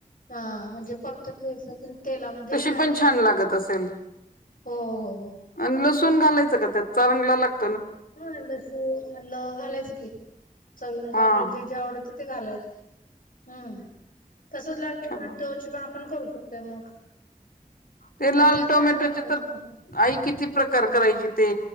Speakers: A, on the left; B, on the left.
A: हा, म्हणजे परतून घ्यायचं पण तेलामध्ये
B: तशी
A: आणि
B: पण
A: मग-
B: छान लागत असेल
A: हो, हो, हो.
B: आणि लसूण घालायचं का त्यात, चांगला लाग-
A: ह, लसुन आलं घालायचं की, चवीन
B: हा
A: आपल्याला जे,
B: हा
A: जे आवडत ते- ते घालायच. हम्म, तसच लाल टोमाटो
B: छान
A: ची पण आपण करू शकतोय मग.
B: ते
A: आणि
B: लाल
A: त्याच्यात
B: टोमॅटोचे
A: कांदा घालायचा
B: तर
A: मात्र
B: आई किती प्रकार
A: हम्म
B: करायची ते.